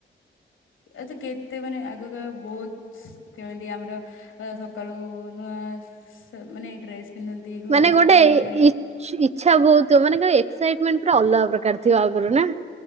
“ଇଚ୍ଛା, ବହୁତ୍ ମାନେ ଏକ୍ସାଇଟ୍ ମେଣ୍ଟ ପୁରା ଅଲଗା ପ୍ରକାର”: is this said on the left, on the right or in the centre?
Right